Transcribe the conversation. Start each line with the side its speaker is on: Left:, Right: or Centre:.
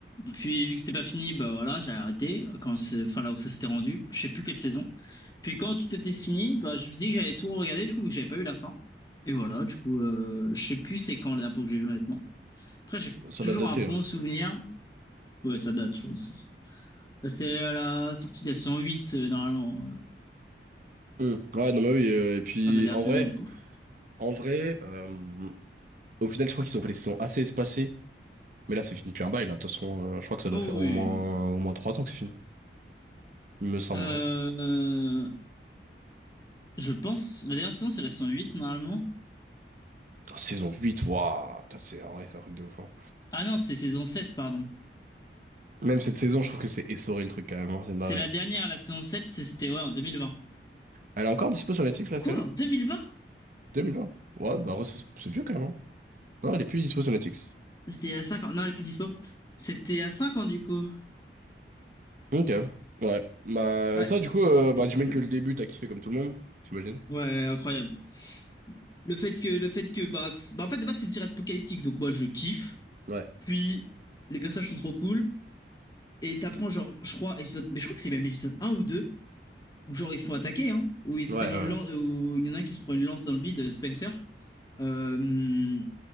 Left: puis vu que c'était pas fini, bah voilà, j'ai arrêté quand c'est, enfin là où ça s'était rendu. Je sais plus quelle saison. Puis quand tout était fini, bah je me suis dit que j'allais tout regarder du coup vu que j'avais pas eu la fin. Et voilà, du coup, euh, je sais plus c'est quand la dernière fois que j'ai vu honnêtement. Après, j'ai
Right: Ça
Left: toujours
Right: l'a daté,
Left: un bon
Right: hein.
Left: souvenir. Ouais, ça date, je pense. Bah, C'était à la sortie de la saison 8, euh, normalement, euh,
Right: Hmm. Ouais, non, mais oui. euh, et puis,
Left: fin de la dernière
Right: en
Left: saison
Right: vrai,
Left: du coup.
Right: en vrai, euh, au final, je crois qu'ils ont fait des saisons assez espacées. Mais là, c'est fini depuis un bail, là. De toute façon, euh, je crois que ça doit
Left: Oh
Right: faire
Left: oui.
Right: au moins au moins trois ans que c'est fini. Il me semble,
Left: Euh,
Right: hein.
Left: Je pense. La dernière saison, c'est la saison 8 normalement.
Right: Saison huit waouh! Putain, c'est en vrai, c'est un truc de ouf. hein.
Left: Ah non, c'est saison 7, pardon.
Right: Même cette saison, je trouve que c'est essoré le truc quand même, hein, c'est marrant.
Left: C'est la dernière, la saison 7, c'est- c'était ouais, en 2020.
Right: Elle est encore dispo sur Netflix,
Left: Oh,
Right: la
Left: Quoi,
Right: série?
Left: en 2020?
Right: 2020? Ouais, bah, en vrai, c'est c'est vieux quand même. hein. Non, elle est plus dispo sur Netflix.
Left: C'était à cinq ans. Non, elle est plus dispo. C'était à 5 ans, du coup.
Right: Ok, ouais. Bah,
Left: Ouais,
Right: et toi, du coup,
Left: c'était
Right: euh, bah,
Left: celle-là.
Right: j'imagine que le début, t'as kiffé comme tout le monde, j'imagine.
Left: Ouais, incroyable. Le fait que, le fait que, bah, c'est- bah, en fait, de base, c'est une série apocalyptique, donc moi, je kiffe.
Right: Ouais,
Left: Puis, les personnages sont trop cool. Et t'apprends, genre, je crois, épisode, mais je crois que c'est même épisode un ou 2 où genre, ils se font attaquer, hein, où ils se
Right: ouais,
Left: prennent une
Right: ouais.
Left: lance, où il y en a un qui se prend une lance dans le bide, euh, Spencer. Euh,